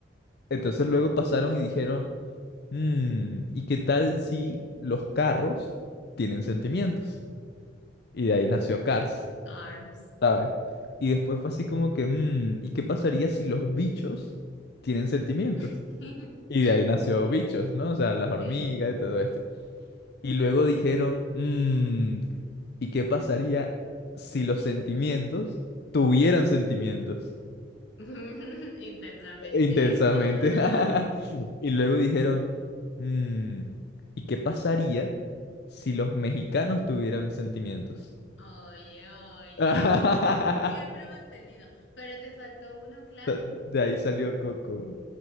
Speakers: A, on the left; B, on the left.
A: Entonces luego pasaron y dijeron, "Mm, ¿y qué tal si los carros tienen sentimientos? Y de ahí nació Cars,
B: Cars.
A: ¿sabes? Y después fue así como que, "Mm, ¿y qué pasaría si los bichos tienen sentimientos?
B: <laughs>
A: Y de ahí nació Bichos, ¿no? O sea, las hormigas
B: Sí.
A: y todo esto. Y luego dijeron, "Mm, ¿y qué pasaría si los sentimientos tuvieran sentimientos
B: <laughs> Intensamente.
A: intensamente?
B: <laughs>
A: <laughs> Y luego dijeron, "Mm, ¿y qué pasaría si los mexicanos tuvieran sentimientos?
B: Oye, oye.
A: <laughs>
B: <laughs> Siempre hemos tenido. Pero te faltó uno clave.
A: De de ahí salió Coco.